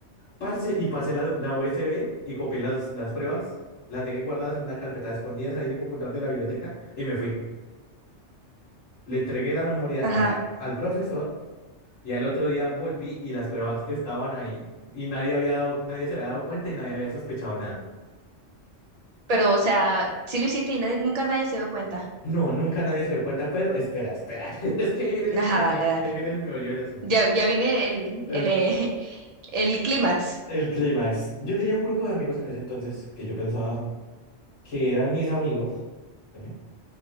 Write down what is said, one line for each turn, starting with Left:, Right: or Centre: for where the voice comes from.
Left: Parce, y pasé la, la USB y copié las, las pruebas. Las dejé guardadas en una carpeta escondidas ahí en el computador de la biblioteca y me fui. Le entregué la memoria a
Right: Ajá,
Left: la, al profesor y al otro día volví y las pruebas estaban ahí. Y nadie había dado- nadie se había dado cuenta y nadie había sospechado
Right: pero o sea, sí lo hiciste y nadie, nunca nadie se dio cuenta.
Left: No, nunca nadie se dio cuenta, pero espera, espera. <laughs> Es que ahí viene el,
Right: Ajá,
Left: el
Right: dale,
Left: me-
Right: dale.
Left: ahí viene el meollo del asunto.
Right: Ya, ya viene el,
Left: El,
Right: el, eh, <laughs> el clímax.
Left: el clímax. Yo tenía un grupo de amigos en ese entonces que yo pensaba que eran mis amigos. ¿eh?